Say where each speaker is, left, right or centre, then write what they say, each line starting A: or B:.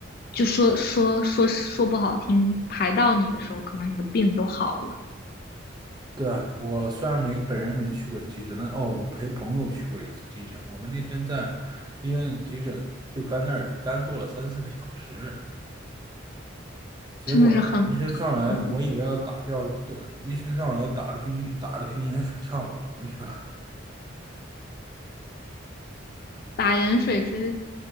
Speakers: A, on the left; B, on the right.
A: 就说说说说不好听，排到你的时候，可能你的病都好了，
B: 对，啊，我虽然没本人没去过急诊，但哦，我陪朋友去过一次急诊。我们那天在医院急诊就干那儿干坐了三四个小时，结果医生上来，
A: 真的是很。恐怖。
B: 我以为要打吊，对，医生上来打了瓶打了瓶盐水，叫我们回去了。
A: 打盐水其实